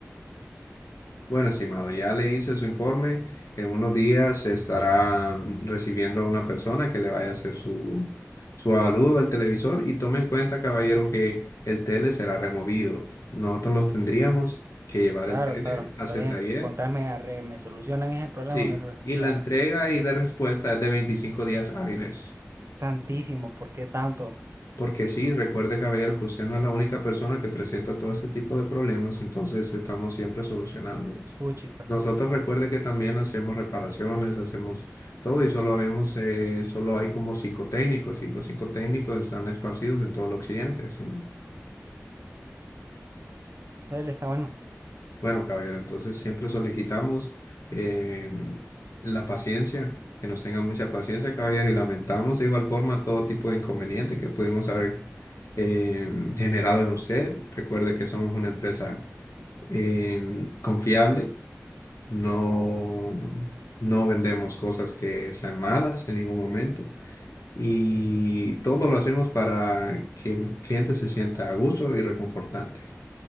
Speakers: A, on the left; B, on the right.
A: Bueno, estimado, ya le hice su informe. En unos días estará mm, recibiendo a una persona que le vaya a hacer su, su avalúo del televisor y tome en cuenta, caballero, que el tele será removido. Nosotros los tendríamos que llevar
B: Claro,
A: el tele
B: claro,
A: hacia
B: está bien.
A: el taller.
B: Contame, arre, me solucionan ese problema.
A: Sí,
B: no
A: y la entrega
B: no,
A: y de respuesta es de 25 días hábiles.
B: tantísimo, ¿por qué tanto?
A: Porque sí, recuerde, caballero, que usted no es la única persona que presenta todo ese tipo de problemas, entonces estamos siempre solucionándolos.
B: Uy, chica,
A: Nosotros recuerde que también hacemos reparaciones, hacemos todo y solo habemos, eh, solo hay como psicotécnicos y los psicotécnicos están esparcidos en todo el occidente. ¿sí?
B: él está bueno.
A: Bueno, caballero, entonces siempre solicitamos eh, la paciencia, que nos tengan mucha paciencia, caballero, y lamentamos de igual forma todo tipo de inconveniente que pudimos haber eh, generado en usted. Recuerde que somos una empresa eh, confiable, no, no vendemos cosas que están malas en ningún momento y todo lo hacemos para que el cliente se sienta a gusto y reconfortante.